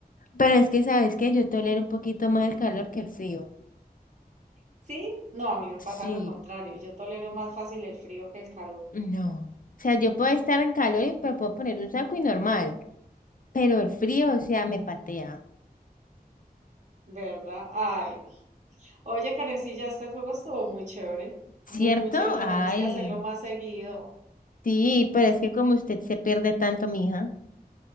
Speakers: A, on the left; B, on the right.
A: Pero es que, ¿sabes qué? Yo tolero un poquito más el calor que el frío.
B: ¿Sí? No, a mí me
A: Sí.
B: pasa lo contrario. Yo tolero más fácil el frío que el calor,
A: No. O sea, yo puedo estar en calor y me puedo poner un saco y normal. Pero el frío, o sea, me patea.
B: ¿verdad? Ay, no. Oye, Karencilla, este juego estuvo muy chévere.
A: ¿Cierto?
B: Muy, muy chévere. Tenemos
A: Ay.
B: que hacerlo más seguido.
A: Sí, pero es que como usted se pierde tanto, mija.